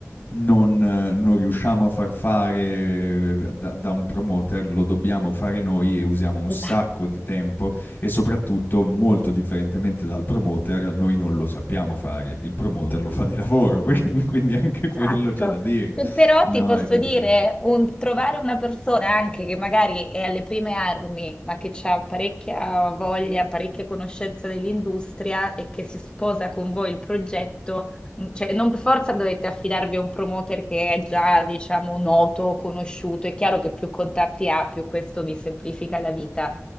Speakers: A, on the left; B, on the left.
A: non, eh, non riusciamo a far fare eh, da, da un promoter, lo dobbiamo fare noi e usiamo un
B: <laughs>
A: sacco di tempo e soprattutto, molto differentemente dal promoter, noi non lo sappiamo fare, il promoter lo fa di lavoro, <laughs> quindi quindi anche quello
B: Esatto,
A: c'è da dire.
B: Pe- però
A: No,
B: ti posso
A: e quindi
B: dire,
A: quello
B: un- trovare una persona anche che magari è alle prime armi, ma che ha parecchia voglia, parecchia conoscenza dell'industria e che si sposa con voi il progetto, Mm, Cioè, non per forza dovete affidarvi a un promoter che è già, diciamo, noto, conosciuto. È chiaro che più contatti ha, più questo vi semplifica la vita.